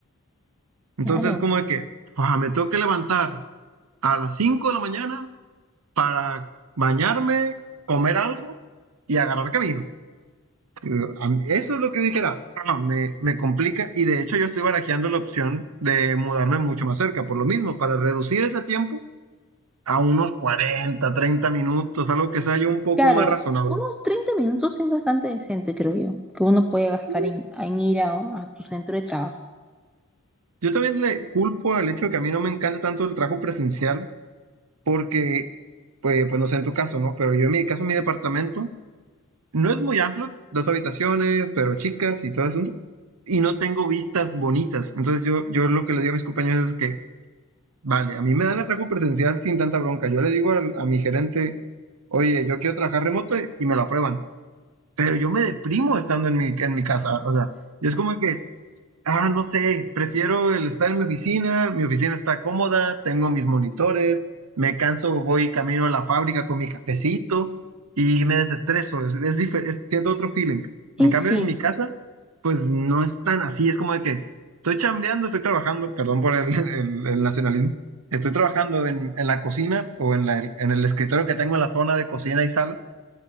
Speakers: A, on the right; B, in the centre.
A: Entonces,
B: Claro,
A: como de que, ah, me tengo que levantar a las 5 de la mañana para bañarme, comer algo y agarrar camino. Eh, Eso es lo que dijera, ah, me, me complica y de hecho yo estoy barajeando la opción de mudarme mucho más cerca, por lo mismo, para reducir ese tiempo a unos 40 30 minutos, algo que sea yo un poco
B: claro.
A: más razonable.
B: Unos 30 minutos es bastante decente, creo yo, que uno puede gastar
A: Sí,
B: en, en ir a, a tu centro de trabajo.
A: Yo también le culpo al hecho de que a mí no me encanta tanto el trabajo presencial, porque, pues, pues no sé en tu caso, ¿no? Pero yo en mi caso, mi departamento no es muy amplio, dos habitaciones, pero chicas y todo eso, y no tengo vistas bonitas. Entonces yo, yo lo que le digo a mis compañeros es que, vale, a mí me dan el trabajo presencial sin tanta bronca. Yo le digo al- a mi gerente, oye, yo quiero trabajar remoto y y me lo aprueban, pero yo me deprimo estando en mi, en mi casa. O sea, yo es como que Ah, no sé, prefiero el estar en mi oficina, mi oficina está cómoda, tengo mis monitores, me canso, voy camino a la fábrica con mi cafecito y me desestreso, es, es difer- es- siento otro feeling. En
B: Es
A: cambio,
B: sí,
A: en mi casa, pues no es tan así, es como de que estoy chambeando, estoy trabajando, perdón por el, <laughs> el- el nacionalismo, estoy trabajando en, en la cocina o en, la- en el escritorio que tengo en la zona de cocina y sala